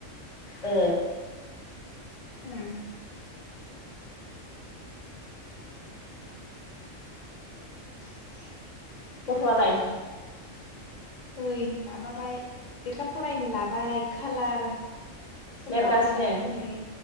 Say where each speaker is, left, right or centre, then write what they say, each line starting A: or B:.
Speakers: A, on the left (about 30°); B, on the left (about 70°).
A: ओ
B: उम <inaudible>
A: गथ'वालाय?
B: ओइ माबाबाय लेखा फरायनो लाबाय खालार खला
A: लेरगासिनो
B: बायनानै हनै